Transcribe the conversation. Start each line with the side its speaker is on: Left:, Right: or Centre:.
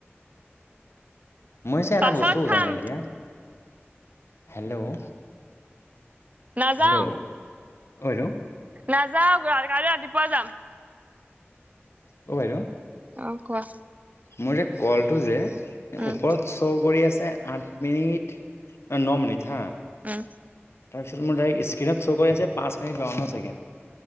Left: মই যে এটা
Right: পাছত
Left: বস্তু বুজা
Right: খাম
Left: নাই ইয়াৰ হেল্ল'।
Right: নাযাওঁ,
Left: হেল্ল' অ বাইদেউ
Right: নাযাওঁ কাইলে ৰাতিপুৱা যাম।
Left: অ' বাইদেউ।
Right: অ কোৱা।
Left: মোৰ যে কলটো যে
Right: উম,
Left: ওপৰত শ্ব' কৰি আছে আঠ মিনিট ন মিনিট হাঁ
Right: অঁ।
Left: তাৰপিছত মোৰ ডাইৰেক্ট স্ক্ৰীণত শ' কৰি আছে পাঁচ মিনিট বাৱন্ন ছেকেণ্ড।